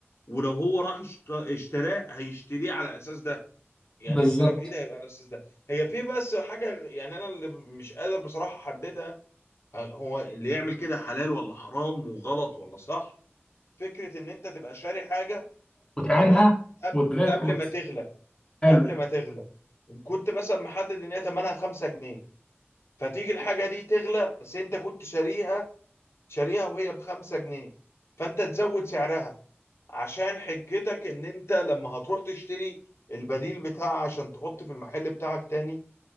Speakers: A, on the left (about 75°); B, on the left (about 20°).
A: ولو هو راح اشت- اشتراه هيشتريه على اساس ده يعني
B: بالظبط
A: اشترى جديد هيبقى على اساس ده هي في بس حاجة يعني انا اللي مش قادر بصراحة احددها هو اللي يعمل كده حلال ولا حرام وغلط ولا صح فكرة ان انت تبقى شاري حاجة
B: وتعينها
A: تمام قبل
B: وتغير
A: قبل
B: وت...
A: ما تغلى
B: حلو
A: قبل ما تغلى كنت مثلا محدد ان هي ثمنها 5 جنيه فتيجي الحاجه دي تغلى بس انت كنت شاريها شاريها وهي ب 5 جنيه فانت تزود سعرها عشان حجتك ان انت لما هتروح تشتري البديل بتاعها عشان تحط في المحل بتاعك تاني